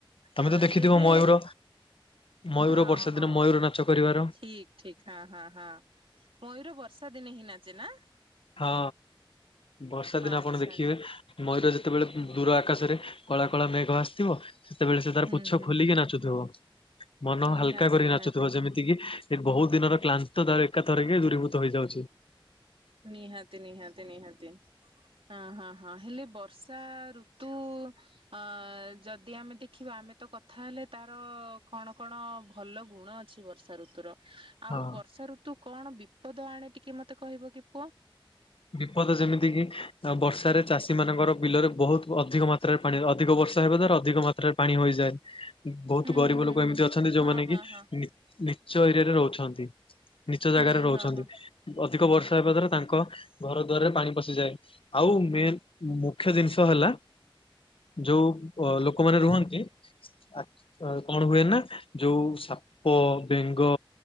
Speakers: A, on the left; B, on the right.
A: ତମେ
B: ଅ
A: ତ ଦେଖିଥିବ
B: ତେବେ
A: ମୟୂର ମୟୂର
B: ହଁ
A: ବର୍ଷା
B: ହଁ
A: ଦିନ ମୟୂର ନାଚ କରିବାର
B: ଠିକ ଠିକ ହଁ ହଁ ହଁ, ମୟୂର ବର୍ଷା ଦିନେ ହିଁ ନାଚେ ନା?
A: ହଁ ବର୍ଷା ଦିନ
B: ଆଚ୍ଛା
A: ଆପଣ ଦେଖିବେ
B: ଆଚ୍ଛା
A: ମୟୂର ଯେତେବେଳେ ଦୂର ଆକାଶରେ କଳା କଳା ମେଘ ଆସିଥିବ ସେତେବେଳେ ସେ ତାର
B: ହୁଁ
A: ପୁଛ
B: ହୁଁ
A: ଖୋଲିକି ନାଚୁଥିବ, ମନ
B: ନିହାତି
A: ହାଲକା କରିକି
B: ନିହାତି
A: ନାଚୁଥିବ, ଯେମିତି ତିକି ଏ ବହୁ ଦିନର କ୍ଲାନ୍ତ <unintelligible> ଏକାଥରେକେ ଦୂରୀଭୂତ ହେଇଯାଉଛି।
B: ନିହାତି ନିହାତି ନିହାତି। ଅ ହଁ ହଁ ହେଲେ ବର୍ଷା ଋତୁ। ଅ ଯଦି ଆମେ ଦେଖିବା ଆମେ ତ କଥା ହେଲେ ତାର କଣ କଣ ଭଲ ଗୁଣ। ଛି ବର୍ଷା ଋତୁୁର ଆଉ
A: ହଁ
B: ବର୍ଷା ଋତୁ କଣ ବିପଦ ଆଣେ ଟିକେ ମତେ କହିବ କି ପୁଅ।
A: ବିପଦ ଯେମିତି କିି ଅ ବର୍ଷାରେ ଚାଷୀ ମାନଙ୍କର ବିଲରେ ବହୁତ ଅଧିକ ମାତ୍ରା। ପାଣି ଅଧିକ ବର୍ଷା ହେବା ଦ୍ଵାରା ଅଧିକ ମାତ୍ରାରେ ପାଣି ହୋଇଯାଏ ବହୁ
B: ହୁଁ
A: ତ ଗରିବ
B: ହୁଁ ହୁଁ
A: ଲୋକ
B: ହୁଁ
A: ଏମିତି ଅଛନ୍ତି ଯୋଉମାନେ
B: ହଁ ହଁ
A: କି
B: ହଁ
A: ନି ନିଚ ଏରିଆରେ ରହୁଛନ୍ତି ନିଚ
B: ହୁଁ
A: ଜାଗାରେ ରହୁଛନ୍ତି।
B: ହଁ ହଁ
A: ଅଧିକ ବର୍ଷା ହେବା ଦ୍ୱାରା ତାଙ୍କ। ଘର ଦୁଆରରେ ପାଣି ପଶିଯାଏ। ଆଉ ମେନ୍ ମୁଖ୍ୟ ଜିନିଷ ହେଲା। ଯୋଉ ଅ ଲୋକମାନେ ରୁହନ୍ତି। ଆ ଆ କଣ ହୁଏ ନା ଯୋଉ ସାପ, ବେଙ୍ଗ